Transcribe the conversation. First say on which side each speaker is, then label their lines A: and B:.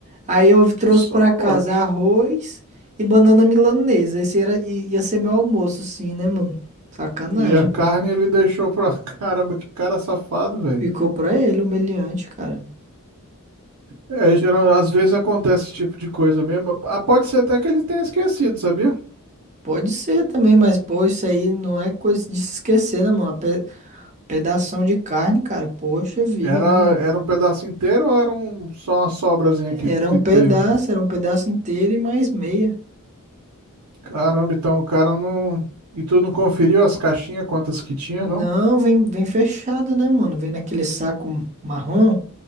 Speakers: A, on the right; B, on the right.
A: Aí eu trouxe
B: Só
A: pra casa
B: pode.
A: arroz e banana milanesa. Esse era, i- ia ser meu almoço, sim, né, mano? Sacanagem,
B: E a carne
A: pô.
B: ele deixou pra. <laughs> Caramba, que cara safado, velho.
A: Ficou pra ele, humilhante, cara.
B: É, geral, às vezes acontece esse tipo de coisa mesmo. Ah, Pode ser até que ele tenha esquecido, sabia?
A: Pode ser também, mas, pô, isso aí não é coisa de se esquecer, né, mano? Pedação de carne, cara. Poxa vida,
B: Era,
A: né, mano?
B: era um pedaço inteiro ou era um, só uma sobrazinha
A: Era
B: que, que
A: um pedaço,
B: teve?
A: era um pedaço inteiro e mais meia.
B: Caramba, então o cara não. E tu não conferiu as caixinhas, quantas que tinha,
A: Não,
B: não?
A: vem, vem fechado, né, mano? Vem naquele saco marrom.